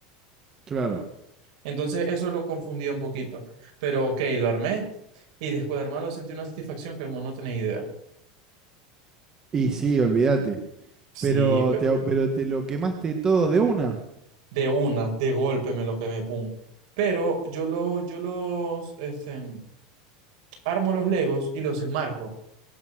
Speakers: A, on the right; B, on the right.
A: Claro.
B: Entonces eso lo confundía un poquito. Pero ok, lo armé y después de armarlo sentí una satisfacción que hermano no tenía idea.
A: Y sí, olvídate.
B: Sí,
A: Pero
B: pe-
A: te, pero te lo quemaste todo de una.
B: de una, de golpe me lo quemé, pum. Pero yo, lo, yo los este, armo los Legos y los enmarco.